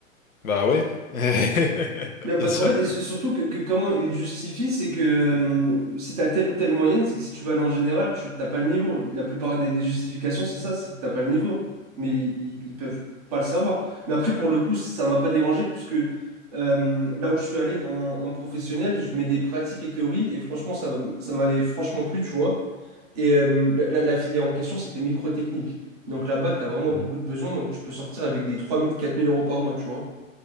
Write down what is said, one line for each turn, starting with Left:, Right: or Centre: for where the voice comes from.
Left: Bah ouais. <laughs>
Right: Mais parce
Left: Bien sûr.
Right: qu'en fait, et surtout que, que comment ils justifient, c'est que euh, si t'as telle ou telle moyenne, c'est que si tu vas aller en général, tu t'as pas le niveau. La plupart des, des justifications, c'est ça, c'est que t'as pas le niveau. Mais ils, ils peuvent pas le savoir. Mais après, pour le coup, ça m'a pas dérangé, puisque euh, là où je suis allé en, en professionnel, je mets les pratiques et théories, et franchement, ça, ça m'avait franchement plu, tu vois. Et euh, la, la- la filière en question, c'était microtechnique. Donc là-bas, tu as vraiment
Left: Mm.
Right: beaucoup de besoins. Donc tu peux sortir avec des trois mille quatre mille euros par mois, tu vois.